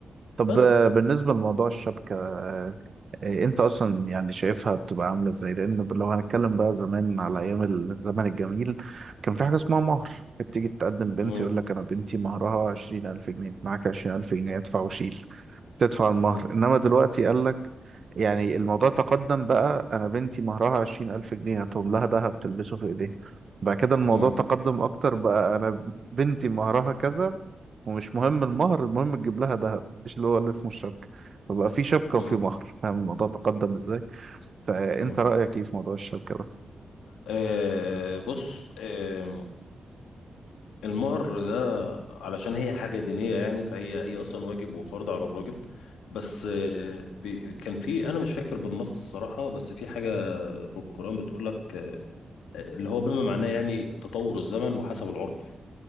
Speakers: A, on the right; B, on the left.
A: طب
B: بس
A: آه، بالنسبة لموضوع الشبكة آه، آه، انت اصلا يعني شايفها بتبقى عاملة ازاي لان لو هنتكلم بقى زمان على ايام الزمن الجميل كان في حاجة اسمها مهر كانت تيجي تقدم بنت
B: مم.
A: يقول لك انا بنتي مهرها عشرين الف جنيه معاك عشرين الف جنيه ادفع وشيل تدفع المهر
B: مم.
A: انما دلوقتي قال لك يعني الموضوع تقدم بقى انا بنتي مهرها عشرين الف جنيه هاتهم لها دهب تلبسه في ايديها بعد كده الموضوع
B: مم.
A: تقدم اكتر بقى انا بنتي مهرها كذا ومش مهم المهر المهم تجيب لها ذهب ايش اللي هو اللي اسمه الشبكة فبقى في شبكة
B: مم.
A: وفي مهر فاهم الموضوع تقدم ازاي فانت
B: مم.
A: رأيك ايه في موضوع الشبكة ده
B: آه بص آه المهر ده علشان هي حاجة دينية يعني فهي هي أصلا واجب وفرض على الراجل بس آه بي كان في أنا مش فاكر بالنص الصراحة بس في حاجة في القرآن بتقول لك آه اللي هو بما معناه يعني تطور الزمن وحسب العرف